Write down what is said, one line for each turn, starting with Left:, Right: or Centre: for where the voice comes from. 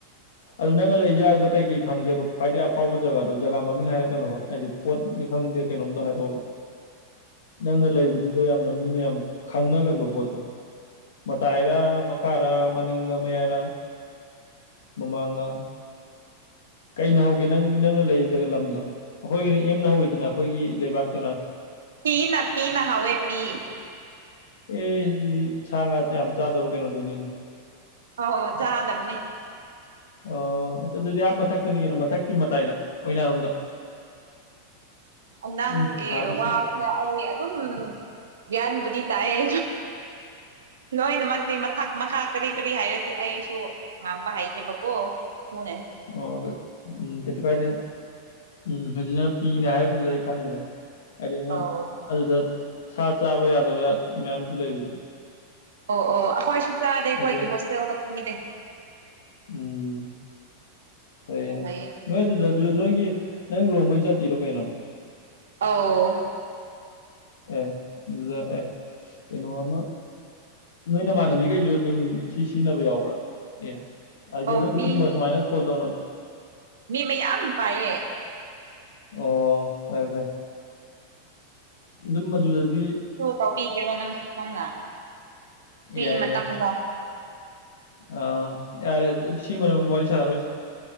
Left: ꯑꯗꯨ ꯅꯪꯅ ꯂꯩ ꯖꯥꯒꯥꯗꯨꯗ ꯀꯩꯀꯩ ꯐꯪꯒꯦꯕ ꯈ꯭ꯋꯥꯏꯗꯒꯤ ꯑꯐꯥꯎꯕ ꯖꯒꯥꯗꯣ ꯖꯒꯥ ꯃꯃꯤꯡ ꯍꯥꯏꯔꯛꯀꯅꯣꯕ ꯍꯥꯏꯗꯤ ꯄꯣꯠꯅꯤ ꯈꯪꯗꯦ ꯀꯩꯅꯣꯝꯃꯗ ꯍꯥꯏꯔꯛꯑꯣꯕ
Right: <inaudible>
Left: ꯅꯪꯅ ꯂꯩꯕꯗꯨꯗꯣ ꯌꯥꯝꯅ ꯃꯤꯅ ꯌꯥꯝ ꯈꯪꯅꯒꯟꯕ ꯄꯣꯠꯇꯣ ꯃꯇꯥꯏꯔꯥ ꯃꯈꯥꯔꯥ ꯃꯅꯤꯡꯂ ꯃꯌꯥꯏꯔꯥ ꯃꯃꯥꯡꯂꯥ ꯀꯩꯅ ꯍꯧꯒꯦ ꯅꯪ ꯅꯪꯅ ꯂꯩꯔꯤ ꯖꯒ ꯂꯝꯗꯣ ꯑꯩꯈꯣꯏꯒꯤꯅꯤ ꯑꯦꯝꯅ ꯍꯧꯋꯤꯗꯅ ꯑꯩꯈꯣꯏꯒꯤ ꯂꯩꯕꯥꯛꯇꯨꯅ
Right: ꯄꯤꯅ ꯄꯤꯅ ꯍꯧꯏ ꯄꯤ
Left: ꯑꯦ ꯑꯗꯨꯗꯤ ꯁꯥ ꯉꯥ ꯌꯥꯝ ꯆꯥꯗꯕ ꯀꯩꯅꯣꯗꯨꯅꯤꯅꯦ
Right: ꯑꯧ ꯆꯥꯗꯕꯅꯦ
Left: ꯑꯣ ꯑꯁ ꯑꯗꯨꯗꯤ ꯑꯥ ꯃꯊꯛꯇꯅꯤ ꯀꯩꯅꯣ ꯃꯊꯛꯀꯤ ꯃꯇꯥꯏꯗ ꯑꯣꯏꯅꯔꯣꯝꯗ
Right: ꯑꯣ ꯅꯪꯒꯤ
Left: ꯎꯝ ꯁꯥꯗꯤ ꯁꯥ
Right: ꯋꯥ ꯑꯩ ꯑꯗꯨꯝ ꯒ꯭ꯌꯥꯟꯕꯨꯗꯤ ꯇꯥꯏ ꯂꯣꯏꯅꯃꯛꯗꯤ ꯃꯊꯛ ꯃꯈꯥ ꯀꯔꯤ ꯀꯔꯤ ꯍꯥꯏꯔꯗꯤ ꯑꯩꯁꯨ ꯉꯥꯡꯕ ꯍꯩꯗꯦꯕꯀꯣ <unintelligible>
Left: ꯑꯣ ꯎꯝ ꯀꯩꯁꯨ ꯀꯥꯏꯗꯦ ꯎꯝ ꯍꯧꯖꯤꯛꯅ ꯄꯤꯅ ꯍꯥꯏꯔꯛꯄꯗꯨꯗ ꯑꯩ ꯈꯪꯈ꯭ꯔꯦ ꯍꯥꯏꯗꯤ ꯃꯣꯏ
Right: ꯑꯧ
Left: ꯑꯗꯨꯗ ꯁꯥ ꯆꯥꯕ ꯌꯥꯗꯕ ꯃꯌꯥꯝꯁꯨ ꯂꯩꯕꯅꯤ
Right: ꯑꯣ ꯑꯣ ꯑꯩꯈꯣꯏꯁꯨ ꯆꯥꯗꯦ ꯑꯩꯈꯣꯏꯒꯤ
Left: ꯍꯥꯏꯗꯤ
Right: ꯍꯣꯁꯇꯦꯜꯗ ꯄꯤꯗꯦ
Left: ꯎꯝ ꯐꯩꯅꯦ
Right: ꯂꯩꯌꯦ
Left: ꯅꯣꯏ ꯑꯗꯨꯗꯁꯨ ꯅꯣꯏꯒꯤ ꯅꯪ ꯔꯣꯡꯃꯩ ꯖꯇꯤꯔꯣ ꯀꯩꯅꯣ
Right: ꯑꯧ
Left: ꯑꯦ ꯑꯗꯨꯗ ꯑꯦ ꯀꯩꯅꯣ ꯑꯃ ꯅꯣꯏ ꯅꯃꯥꯟꯅꯕꯤꯈꯩꯁꯨ ꯑꯗꯨꯝ ꯁꯤ ꯁꯤꯖꯤꯟꯅꯕ ꯌꯥꯎꯕ꯭ꯔꯥ ꯑꯦ ꯍꯥꯏꯗꯤ
Right: ꯑꯧ
Left: ꯑꯗꯨꯝ
Right: ꯃꯤ
Left: ꯁꯤꯒꯨꯝꯕ ꯁꯨꯃꯥꯏꯅ ꯀꯣꯜ ꯇꯧꯅꯕ
Right: ꯃꯤ ꯃꯌꯥꯝ ꯄꯥꯏꯌꯦ
Left: ꯑꯣ ꯐꯔꯦ ꯐꯔꯦ ꯑꯗꯨꯝ ꯑꯗꯨꯗꯗꯤ
Right: ꯨ ꯇꯧꯕꯤꯒꯦꯔꯣ ꯅꯪ ꯁꯣꯝꯅ ꯐ꯭ꯔꯤ
Left: ꯌꯥꯏ
Right: ꯃꯇꯝꯗ
Left: ꯌꯥꯏ ꯑꯥ ꯌꯥꯔꯦ ꯁꯤ ꯃꯔꯝ ꯋꯥꯔꯤ ꯁꯔꯣꯏꯁꯦ